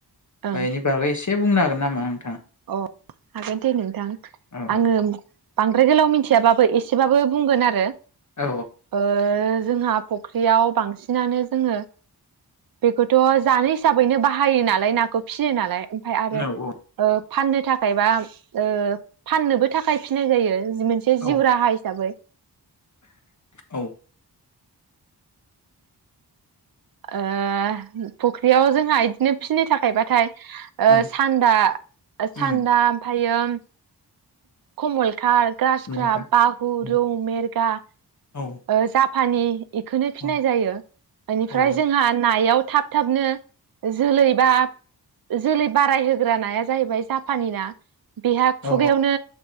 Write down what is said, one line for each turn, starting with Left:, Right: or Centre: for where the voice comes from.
Right: ओं
Left: बेनि बागै इसे से बुंनो हागोन नामा ओं
Right: अ हागोन दे नोंथां
Left: औ
Right: आङो बांद्राय गोलाव मिथियाबाबो एसेबाबो बुंगोन आरो
Left: औ
Right: ओ जोंहा फ फुख्रियाव बांसिनानो जोङो बेखौथ' जानो हिसाबैनो बाहायो नालाय नाखौ फिसियो नालाय ओमफाय आरो
Left: औ औ
Right: ओ फाननो था थायबा ओ फाननोबो थाखाय फिनाय जायो। मोनसे
Left: औ
Right: जिउ राहा हिसाबै।
Left: औ
Right: ओ फुख्रियाव जोंहा इदिनो फिनाय थाखायोबाथाय
Left: औ
Right: ओ सान्दा सान्दा
Left: उम
Right: ओमफ्रायो <unintelligible> कमल खात गासक्राप
Left: मुलाम्फा
Right: बाहु
Left: औ
Right: रौ मेरगा
Left: औ
Right: ओ जाब फानि इखोनो फिनाय
Left: औ
Right: जायो इनिफ्राय
Left: औ
Right: जोंहा नायाव थाब थाबनो जोलै बा जोलै बाराय होग्रा नाया जाहैबाय जापाननि ना बेहा खुगायावनो
Left: औ